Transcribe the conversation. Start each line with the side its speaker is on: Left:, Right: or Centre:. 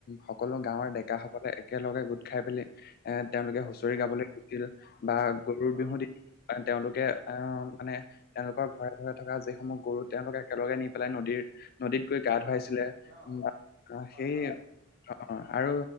Left: সকলো গাঁৱৰ ডেকা সকলে একেলগে গোট খাই পেলি এ তেওঁলোকে হুঁচৰি
Right: হয়
Left: গাবলৈ গৈছিল বা গৰুৰ
Right: অ
Left: বিহু দিনা তেওঁলোকে আহ মানে তেওঁলোকৰ ঘৰে ঘৰে থকা যিসমূহ গৰু তেওঁলোকে একেলগে নি পেলাই নদীৰ নদীত গৈ গা ধুৱাইছিলে
Right: অ
Left: উ আহ
Right: হয়
Left: সেই
Right: হয়
Left: অ অ আৰু